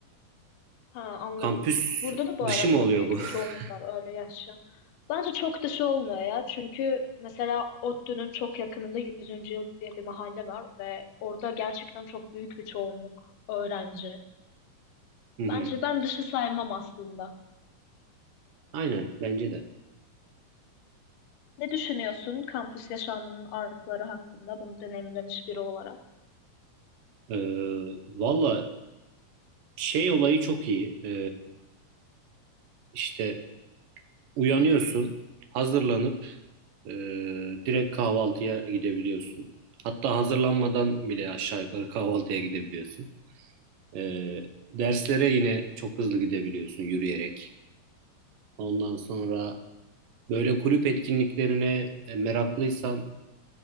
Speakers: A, on the left; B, on the right.
A: Ha, anladım.
B: Kampüs
A: Burada da bu
B: dışı
A: arada
B: mı oluyor
A: büyük
B: bu? <laughs>
A: bir çoğunluk var öyle yaşayan. Bence çok dışı olmuyor ya. Çünkü mesela ODTÜ'nün çok yakınında yüzüncü Yıl diye bir mahalle var ve orada gerçekten çok büyük bir çoğunluk öğrenci.
B: Hı
A: Bence
B: hı.
A: ben dışı saymam aslında.
B: Aynen bence de.
A: Ne düşünüyorsun kampüs yaşamının artıları hakkında bunu deneyimlemiş biri olarak?
B: E, valla şey olayı çok iyi. E, işte uyanıyorsun, hazırlanıp e, direkt kahvaltıya gidebiliyorsun. Hatta hazırlanmadan bile aşağı yukarı kahvaltıya gidebiliyorsun. Ee, derslere yine çok hızlı gidebiliyorsun yürüyerek. Ondan sonra böyle kulüp etkinliklerine e, meraklıysan